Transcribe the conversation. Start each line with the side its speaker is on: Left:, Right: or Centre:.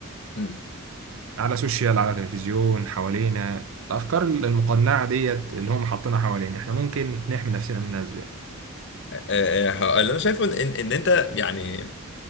Left: امم.
Right: على سوشيال على تلفزيون حوالينا الافكار المقنعه ديت اللي هم حاطينها حوالينا احنا ممكن نحمي نفسنا منها ازاي
Left: آه، آه، ه- اللي انا شايفه ان ان إن انت يعني